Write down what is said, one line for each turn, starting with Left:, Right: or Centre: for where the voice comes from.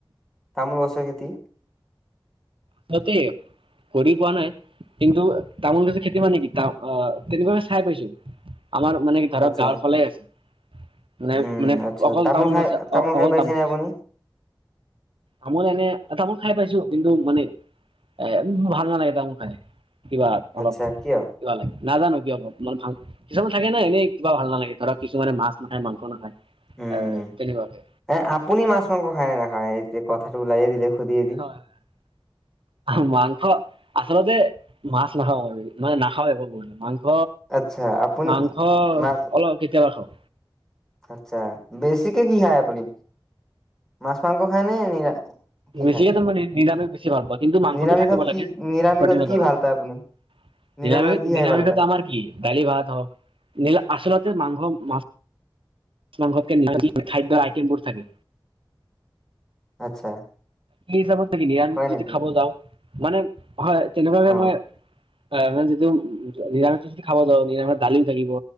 Centre: তামোল গছৰ খেতি।
Right: আচলতে কৰি পোৱা নাই। কিন্তু তামোল গছৰ খেতি মানে কি তা আহ তেনেকুৱাকে চাই পাইছো। আমাৰ মানে কি ধৰক
Centre: আচ্ছা
Right: গাঁৱৰ ফালে আছে। মানে
Centre: উম
Right: মানে
Centre: আচ্ছা
Right: অকল তামোল
Centre: খাই
Right: গছে অ
Centre: খাই
Right: অকল
Centre: পাইছেনে
Right: তামোল গছে
Centre: আপুনি
Right: আমাৰ এনে তামোল খাই পাইছো, কিন্তু মানে এ ভাল নালাগে তামোল খাই। কিবা অলপ
Centre: আচ্ছা কিয়
Right: কিবা লাগে। নাজানো কিয় অ মান ভাল কিছুমান থাকে ন এনেই কিবা ভাল নালাগে ধৰা কিছুমানে মাছ নাখায় মাংস নাখায়।
Centre: উম
Right: এ
Centre: উ
Right: তেনেকুৱাকে
Centre: উ, এ আপুনি মাছ মাংস খায় নে নেখায় এতিয়া কথাটো উলাইয়ে দিলে। সুধিয়ে দিম
Right: হয় হয় হয়, হা মাংস আচলতে মাছ নাখাও আমি মানে নাখাও বৰ মাংস মাংস
Centre: আচ্ছা আপুনি
Right: মাংস
Centre: মাছ
Right: অলপ কেতিয়াবা খাওঁ।
Centre: আচ্ছা, বেছিকে কি খায় আপুনি মাছ-মাংস খায় নে নিৰা কি
Right: বেছিকে
Centre: খায়
Right: তাৰ মানে নিৰামিষ বেছি ভাল পাওঁ, কিন্তু মাংসটো
Centre: নিৰামিষত
Right: থাকিব
Centre: কি
Right: লাগে
Centre: নিৰামিষত
Right: প্ৰটিনৰ
Centre: কি
Right: কাৰণে
Centre: ভাল পায় আপুনি নিৰামিষত
Right: নিৰামিষ
Centre: কি খাই
Right: নিৰামিষটো
Centre: ভাল পায়
Right: আমাৰ কি দালি-ভাত হওক নিৰা আচলতে মাংস মাছ-মাংসতকে নিৰামিষতে খাদ্যৰ আইটেমবোৰ থাকে।
Centre: আচ্ছা।
Right: কি হিচাপত নে কিনি নিৰামিষ
Centre: হয় নেকি
Right: যদি খাব যাওঁ মানে হয় তেনেকুৱাকে
Centre: অ
Right: মই হয়, মানে যিটো নিৰামিষ যদি খাব যাওঁ নিৰামষ দালি থাকিব